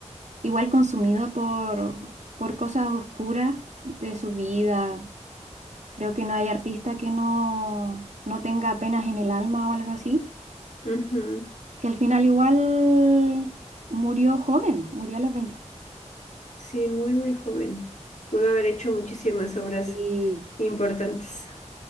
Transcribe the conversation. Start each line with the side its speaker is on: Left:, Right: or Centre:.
Right: igual consumido por, por cosas oscuras de su vida. Creo que no hay artista que no, no tenga penas en el alma o algo así.
Left: Ujú,
Right: Que al final igual murió joven, murió a los
Left: Sí, muy, muy joven. Pudo haber hecho muchísimas
Right: 27.
Left: obras importantes.